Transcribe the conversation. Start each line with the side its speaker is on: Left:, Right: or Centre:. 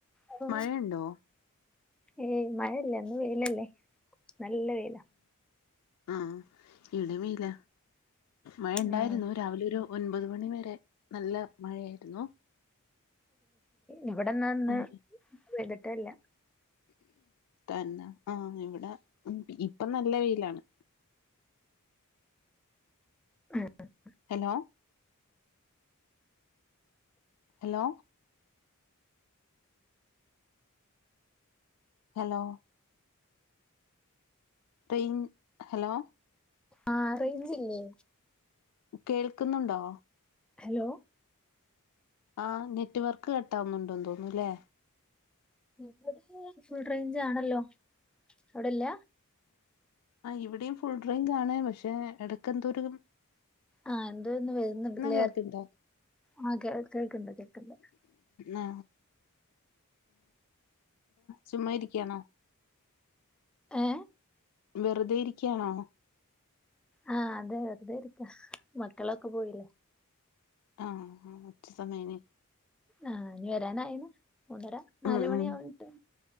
Centre: ഓ
Left: മഴയുണ്ടോ?
Centre: ഏയ്! മഴയല്ല എന്നും വെയിലല്ലേ. നല്ല വെയിലാ.
Left: ആ ഇവിടെ വെയിലാ. മഴ ഒണ്ടായിരുന്നു.
Centre: ഉം.
Left: രാവിലെ ഒരു ഒൻപത് മണിവരെ നല്ല മഴയായിരുന്നു.
Centre: ഇവിടന്നന്ന്
Left: ഉം
Centre: <unintelligible> <unintelligible> അല്ല.
Left: തന്നെ. ആ ഇവിടെ ഇപ്പം നല്ല വെയിലാണ്.
Centre: <inaudible>
Left: ഹലോ! ഹലോ! ഹലോ! <unintelligible> ഹലോ!
Centre: ആ റേഞ്ചില്ലേ?
Left: കേൾ ക്കുന്നുണ്ടോ?
Centre: ഹലോ!
Left: ആ നെറ്റ് വർക്ക് കട്ടാവുന്നുണ്ടോന്ന് തോന്നുന്നൂ. ഇല്ലേ?
Centre: ഇവിടെ ഫുൾ റേഞ്ച് ആണല്ലോ. അവിടില്ല
Left: ആ.. ഇവിടെയുംഫുൾ റേഞ്ചാണ്. പക്ഷേ, ഇടക്കത്തൂരും
Centre: ആ.. എന്തോയൊന്ന് വരുന്നുണ്ട്. ക്ലിയ,
Left: കേൾക്ക്ണ്ടോ
Centre: ആ.. കേ, കേൾക്ക കേക്കുന്നുണ്ട്
Left: ആ, ചുമ്മാ യിരിക്കയാണോ
Centre: ഏ
Left: വെറുതെ യിരിക്കയാണോ
Centre: ആ.. അതെയതെ വ കുട്ടികളൊക്കെ പോയില്ലേ.
Left: ആ.. ഉച്ചസമയമായി
Centre: ആ.. വരാനായേന് മൂന്നര നാലുമണിയാ
Left: ഉം ഉം
Centre: വുമെന്നിട്ട്